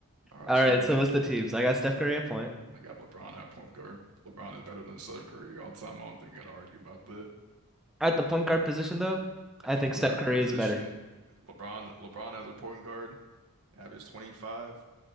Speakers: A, on the right (about 75°); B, in the centre.
A: All right,
B: right,
A: so I got
B: so what's the teams? I got Steph Curry at point.
A: I got LeBron at point guard. LeBron is better than Steph Curry all the time. I don't think we gotta argue about that.
B: At the point guard position though, I
A: At the
B: think
A: point
B: Steph
A: guard
B: Curry
A: position,
B: is better.
A: LeBron LeBron as a point guard, averaged 25,